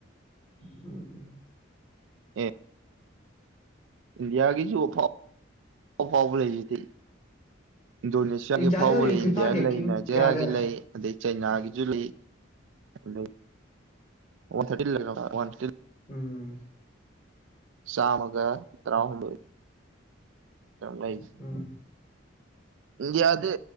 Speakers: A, on the left; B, on the right.
A: ꯎꯝ
B: ꯎ ꯏꯟꯗꯤꯌꯥꯒꯤꯁꯨꯐꯥꯎꯐꯥꯎꯕ ꯂꯩꯖꯦ ꯏꯟꯗꯣꯅꯦꯁꯤꯌꯥꯒꯤ
A: ꯏꯟꯗꯤꯌꯥꯁꯦ
B: ꯐꯥꯎꯕ
A: ꯍꯧꯖꯤꯛ
B: ꯂꯩ
A: ꯐꯤꯐꯥ
B: ꯏꯟꯗꯤꯌꯥꯒꯤ
A: ꯔꯦꯡꯀꯤꯡ
B: ꯂꯩ ꯅꯥꯖꯌꯥꯒꯤ
A: ꯀꯌꯥꯗ
B: ꯂꯩ ꯑꯗꯩ ꯆꯩꯅꯥꯒꯤꯁꯨ ꯂꯩ ꯑ ꯋꯥ ꯊꯥꯔꯇꯤ ꯋꯥ ꯊꯥꯔꯇ
A: ꯎꯝ
B: ꯆꯥꯝꯃꯒ ꯇꯔꯥꯍꯨꯝꯗꯣꯏ ꯂꯩ
A: ꯎꯝ
B: ꯏꯟꯗꯤꯌꯥꯁꯦ